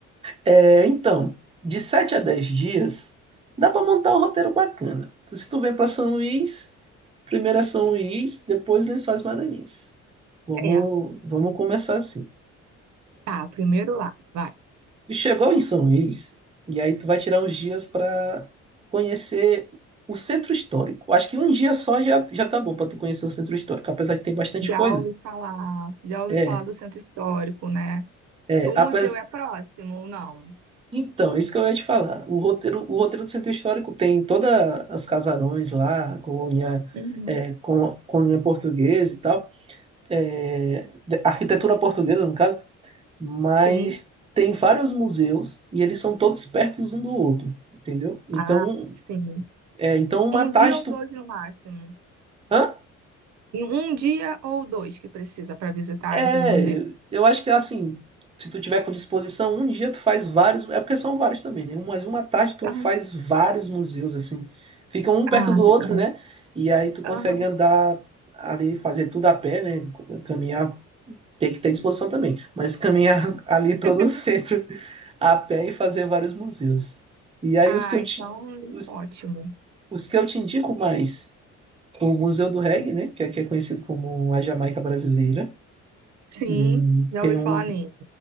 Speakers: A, on the right (about 20°); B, on the right (about 65°).
A: É, então, de 7 a 10 dias, dá para montar um roteiro bacana. Então, se tu vem para São Luís, primeiro é São Luís, depois Lençóis Maranhenses. Vamos,
B: É,
A: vamos começar assim.
B: tá, primeiro lá, vai.
A: Tu chegou em São Luís, e aí tu vai tirar uns dias para conhecer o centro histórico. Acho que um dia só já, já tá bom para tu conhecer o centro histórico, apesar de ter bastante
B: Já
A: coisa.
B: ouvi falar, já ouvi
A: É,
B: falar do centro histórico, né?
A: é,
B: O museu
A: apes-
B: é próximo? ou Não.
A: Então, isso que eu ia te falar. O roteiro, o roteiro do Centro Histórico tem todas as casarões lá, colônia,
B: Uhum.
A: é, colo- colônia portuguesa e tal, é, de- arquitetura portuguesa, no caso, mas
B: Sim.
A: tem vários museus e eles são todos perto um do outro, entendeu? Então,
B: Ah, sim.
A: é, então uma
B: Um
A: tarde
B: dia ou
A: tu...
B: dois no máximo.
A: Hã?
B: E um dia ou dois que precisa para visitar
A: É,
B: esses museus.
A: eu acho que assim, se tu tiver com disposição, um dia tu faz vários, é porque são vários também, né? Mas uma tarde tu
B: Aham.
A: faz vários museus assim, ficam um
B: Ah,
A: perto do
B: legal.
A: outro, né? E aí tu consegue
B: Aham.
A: andar ali, fazer tudo a pé, né? Caminhar, tem que ter disposição também, mas caminhar <laughs> ali todo
B: <laughs>
A: o centro a pé e fazer vários museus. E aí
B: Ah,
A: os que eu
B: então,
A: te, os,
B: ótimo.
A: os que eu te indico mais, o Museu do Reggae, né? Que aqui é conhecido como a Jamaica Brasileira.
B: Sim,
A: E
B: já
A: tem
B: ouvi
A: um
B: falar nele.